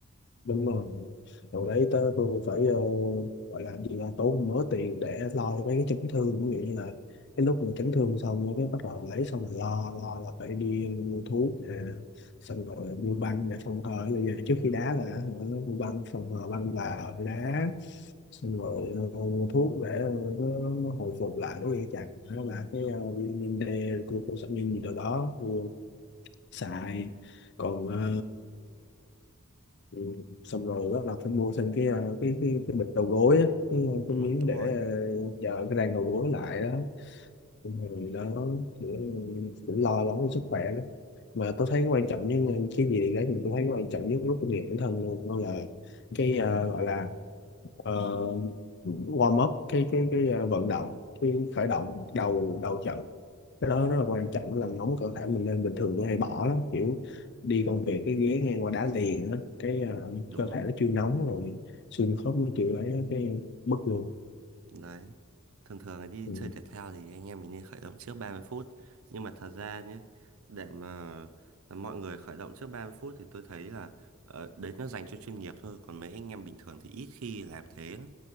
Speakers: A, on the left (about 55°); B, on the right (about 80°).
A: đúng rồi rồi đấy tới tôi phải ờ, gọi là gì là tốn mớ tiền để lo cho mấy cái chấn thương ví dụ như là cái lúc mà chấn thương xong cái bắt đầu lấy xong rồi lo lo là phải đi mua thuốc nè xong rồi mua băng để phòng hờ bây giờ trước khi đá là hả, mua băng phòng hờ băng vào để đá xong rồi ờ, mua thuốc để ờ, nó, nó hồi phục lại nó dây chằng nó là cái ờ, vitamin D glucosamine gì đó đó mua xài còn ờ, Ừ. xong rồi bắt đầu phải mua thêm cái ờ, cái cái cái bịch đầu gối á, cái,
B: ừ
A: cái miếng
B: đúng
A: để
B: rồi
A: ờ, giờ cái rang đầu gối lại đó Xong rồi nó cũng cũng lo lắng cho sức khỏe đó mà tôi thấy quan trọng nhất cái gì đấy mà tôi thấy quan trọng nhất lúc tôi luyện bản thân luôn đó là cái ờ, gọi là ờ, warm up cái cái cái ờ, vận động cái khởi động đầu đầu trận cái đó rất là quan trọng làm nóng cơ thể mình lên bình thường tôi hay bỏ lắm kiểu đi công việc cái ghế ngang qua đá liền á cái ờ,
B: đúng
A: cơ
B: rồi
A: thể nó chưa nóng rồi xương khớp nó chịu lấy á, cái bứt luôn
B: Đấy. Thường thường là đi
A: ừ.
B: chơi thể thao thì anh em mình nên khởi động trước 30 phút. Nhưng mà thật ra nhé, để mà mọi người khởi động trước 30 phút thì tôi thấy là ờ, đấy nó dành cho chuyên nghiệp thôi. Còn mấy anh em bình thường thì ít khi làm thế lắm.